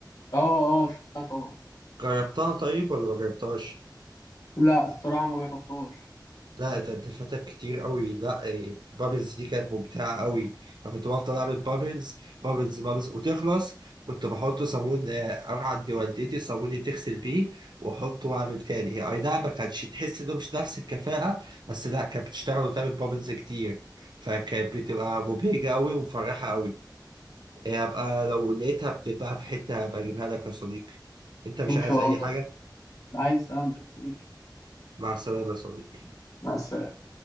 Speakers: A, on the left; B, on the right.
A: اه اه شفتها طبعا
B: جربتها طيب ولا ما جربتهاش؟
A: لا الصراحة ما جربتهاش
B: لا ده انت فاتك كتير قوي لا إيه، بابلز دي كانت ممتعه قوي انا كنت بفضل اعمل بابلز بابلز بابلز وتخلص كنت بحط صابون آه، اروح عند والدتي الصابون اللي تغسل بيه واحطه واعمل تاني هي اي نعم ما كانتش تحس انه مش نفس الكفاءه بس لا كانت بتشتغل وتعمل بابلز كتير فكانت بتبقى مبهجه قوي ومفرحه قوي إيه، هبقى لو لقيتها بتبقى في حته هبقى اجيبها لك يا صديقي انت مش
A: ان
B: عايز
A: شاء
B: اي
A: الله
B: حاجه
A: عايز سلامتك يا صديقي
B: مع السلامه يا صديقي
A: مع السلامة